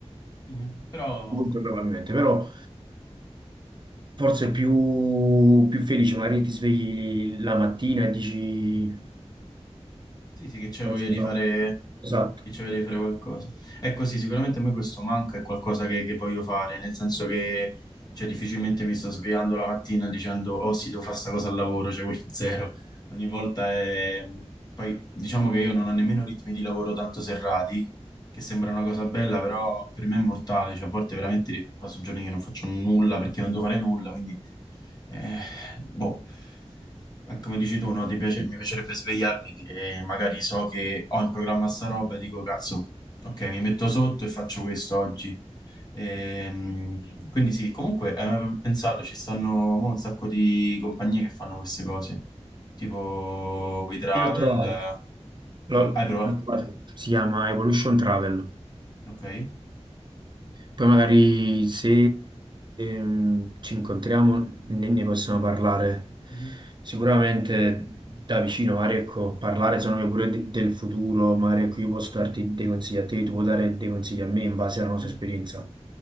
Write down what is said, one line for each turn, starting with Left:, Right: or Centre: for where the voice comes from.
Left: mhm. Però
Right: molto probabilmente, però. Forse più, più felice, magari ti svegli la mattina e dici...
Left: Sì, sì, che c'hai
Right: "Oggi
Left: voglia di
Right: no".
Left: fare,
Right: Esatto,
Left: che c'hai voglia di fare qualcosa. Ecco, sì, sicuramente a me questo manca, è qualcosa che, che voglio fare, nel senso che cioè, difficilmente mi sto svegliando la mattina dicendo, oh sì, devo fare sta cosa al lavoro, cioè quello <laughs> è zero. Ogni volta è... Poi diciamo che io non ho nemmeno ritmi di lavoro tanto serrati, che sembra una cosa bella, però per me è mortale, cioè a volte veramente passo giorni che non faccio nulla perché non devo fare nulla, quindi eh, boh, Ma come dici tu, no? Ti piace- mi piacerebbe svegliarmi che magari so che ho in programma sta roba e dico cazzo, ok, mi metto sotto e faccio questo oggi. Ehm, quindi sì, comunque hai mai pensato, ci stanno mo un sacco di compagnie che fanno queste cose, tipo WeTravel,
Right: io l'ho trovato,
Left: eh,
Right: l'ho
Left: hai, pro- hai provato?
Right: l'ho trovato. Si chiama Evolution Travel.
Left: Ok.
Right: Poi magari se mm, ci incontriamo ne, ne possiamo parlare
Left: Mhm,
Right: sicuramente da vicino, magari ecco, parlare secondo me pure de- del futuro, magari ecco, io posso darti dei consigli a te, tu puoi dare dei consigli a me in base alla nostra
Left: mhm.
Right: esperienza,